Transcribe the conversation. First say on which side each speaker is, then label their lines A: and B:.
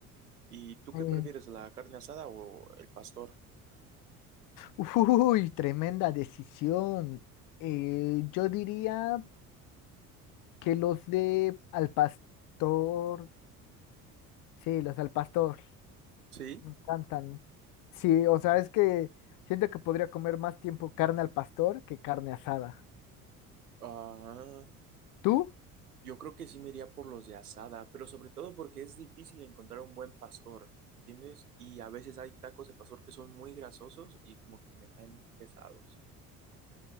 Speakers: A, on the right; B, on the left.
A: ¿Y tú
B: Eh,
A: qué prefieres, la carne asada o el pastor?
B: <laughs> uy, tremenda decisión. Eh, yo diría que los de al pastor, sí, los al pastor.
A: Sí.
B: Me encantan. Sí, o sea, es que siento que podría comer más tiempo carne al pastor que carne asada.
A: Ah,
B: ¿Tú?
A: yo creo que sí me iría por los de asada, pero sobre todo porque es difícil encontrar un buen pastor, ¿entiendes? Y a veces hay tacos de pastor que son muy grasosos y como que me caen pesados.